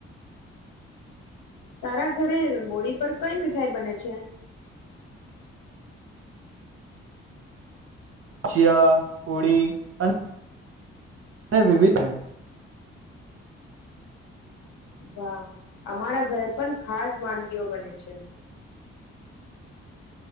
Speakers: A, on the left; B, on the right.
A: તારા ઘરે હોળી પર કઈ મીઠાઈ બને છે
B: ચિયા પુડી અને અને વિવિધ
A: વાહ અમારા ઘરે પણ ખાસ વાનગીઓ બને છે